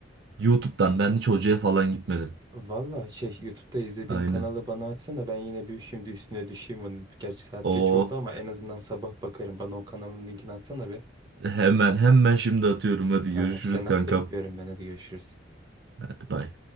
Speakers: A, on the right (about 60°); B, on the right (about 20°).
A: YouTube'dan ben hiç hocaya falan gitmedim.
B: Valla şey YouTube'da izlediğin
A: Aynen.
B: kanalı bana atsana ben yine bir şimdi üstüne düşeyim onun. Gerçi saat
A: O,
B: geç oldu ama en azından sabah bakarım. Bana o kanalın linkini atsana be.
A: hemen hemen şimdi atıyorum. Hadi
B: Tamam
A: görüşürüz
B: sen at
A: kankam.
B: bekliyorum ben hadi görüşürüz.
A: Hadi bay.